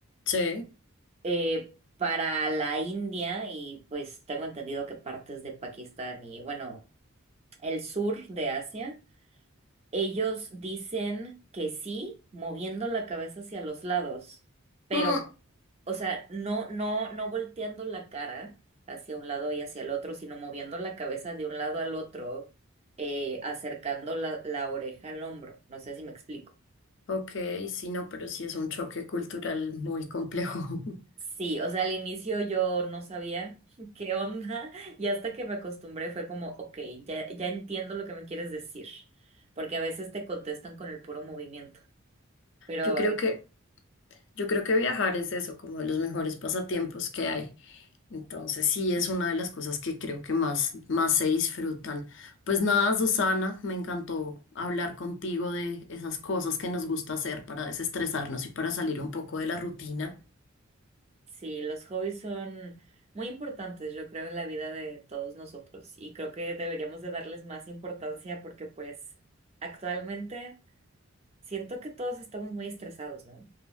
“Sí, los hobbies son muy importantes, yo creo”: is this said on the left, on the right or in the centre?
Right